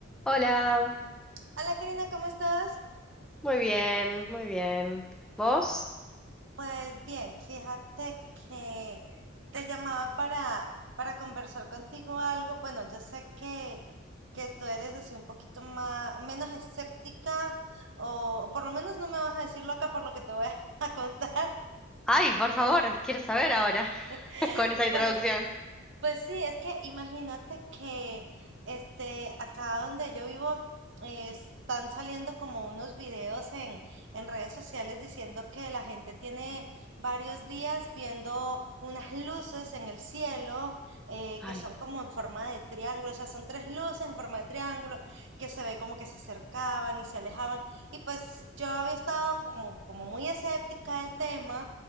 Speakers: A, in the centre; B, on the right.
A: Hola,
B: Hola Karina, ¿cómo estás?
A: muy bien, muy bien. ¿Vos?
B: Pues bien, fíjate que te llamaba para, para conversar contigo algo. Bueno, yo sé que, que tú eres así un poquito más, menos escéptica, o, o por lo menos no me vas a decir loca por lo que te voy a, <laughs> a contar.
A: Ay, por favor, quiero saber ahora
B: <laughs>
A: <laughs> con esa introducción.
B: Pues Pues sí, es que imagínate que este acá donde yo vivo eh, están saliendo como unos videos en, en redes sociales diciendo que la gente tiene varios días viendo unas luces en el cielo eh,
A: Ay,
B: que son como en forma de triángulo, o sea, son tres luces en forma de triángulo que se ve como que se acercaban y se alejaban. Y pues yo había estado como, como muy escéptica del tema